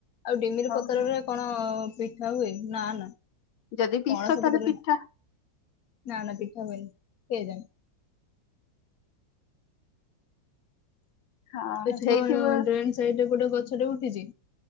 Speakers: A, on the left (about 55°); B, on the left (about 75°).
A: ଆଉ ଡିମିର ପତ୍ରରେ
B: ଓହୋ
A: କଣ ପିଠା ହୁଏ ନା ନା।
B: ଯଦି ବିଷ
A: କଣ ସବୁ
B: ତାହେଲେ
A: କରନ୍,
B: ପିଠା
A: ନା ନା ପିଠା ହୁଏନି। କେଜାଣି?
B: ହଁ
A: ସେଠି
B: ହେଇଥିବ
A: କଣ ଡ୍ରେନ୍ ସାଇଡ ରେ ଗୋଟେ ଗ ଗଛ ଟେ ଉଠିଚି।